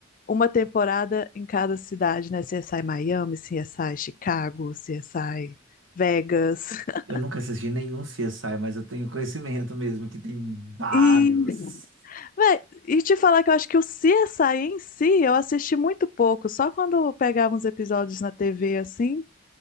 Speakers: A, on the left; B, on the right.
A: uma temporada em cada cidade, né? CSI Miami, CSI Chicago, CSI Vegas. <laughs>
B: Eu nunca assisti nenhum CSI, mas eu tenho conhecimento mesmo que tem vários.
A: E Véi, e te falar que eu acho que o CSI em si eu assisti muito pouco, só quando eu pegava uns episódios na TV assim,